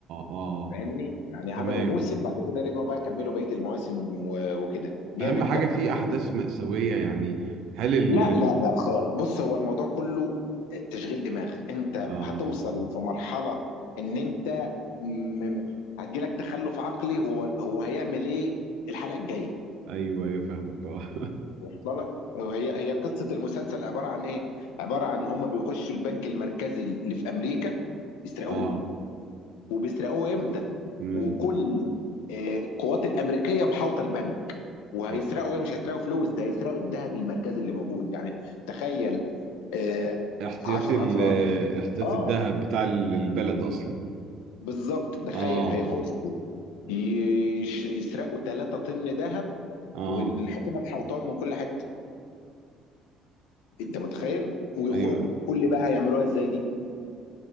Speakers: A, on the right; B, on the left.
A: اه
B: فاهمني يعني عملوا
A: تمام
B: موسم بعد كده رجعوا بقى كملوا بقيه المواسم و- وكده جامد
A: اهم حاجه
B: بقى
A: في احداث مأساويه يعني هل ال
B: لا لا لا خالص بص هو الموضوع كله تشغيل دماغ انت
A: اه
B: هتوصل في مرحلة ان انت م... م- هتجيلك تخلف عقلي هو هو هيعمل ايه الحلقة الجاية
A: ايوه ايوه فاهمك اه
B: وصل لك هي هي قصة المسلسل عبارة عن ايه عبارة عن هما بيخشوا البنك المركزي اللي في امريكا
A: <laughs>
B: يسرقوه
A: اه
B: وبيسرقوه امتى
A: امم
B: وكل آه، القوات الامريكيه محاوطه البنك وهيسرقوا
A: آه.
B: ايه مش هيسرقوا فلوس ده هيسرقوا الذهب المركزي اللي موجود يعني تخيل آه
A: احتياطي
B: 10
A: ال...
B: افراد
A: احتياطي
B: اه
A: الذهب بتاع ال- البلد اصلا
B: بالظبط تخيل
A: اه
B: هيخشوا ي- يش- يسرقوا 3 طن ذهب
A: اه
B: والحكومه محوطاهم من كل حته انت متخيل ويخرجوا
A: ايوه
B: قول لي بقى هيعملوها ازاي دي